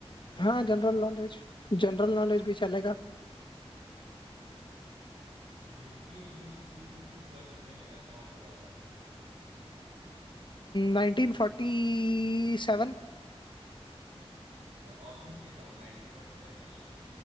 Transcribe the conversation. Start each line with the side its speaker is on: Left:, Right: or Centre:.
Right: General
Left: हाँ जनरल
Right: knowledge
Left: नॉलेज जनरल नॉलेज भी चलेगा
Right: द्वितीय विश्व युद्ध किस वर्ष में अ, समाप्त हुआ था
Left: Nineteen forty seven
Right: ऑप्शंस देता हूँ 1947 नहीं है